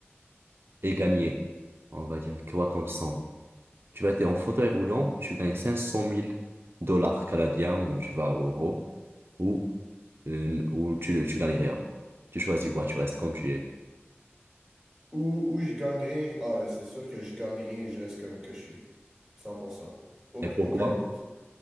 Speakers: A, on the right; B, in the centre.
A: et gagner, on va dire, quoi comme somme. Tu vas être en fauteuil roulant, tu gagnes 500 000 dollars canadiens ou tu vas à euros ou, euh, ou tu, tu gagnes rien. Tu choisis quoi, tu restes comme tu es.
B: Ou, ou je gagnerai. Ah, ouais, c'est sûr que je gagnerai et je reste comme que je suis. cent pour cent Auc-
A: Et pourquoi?
B: aucun doute.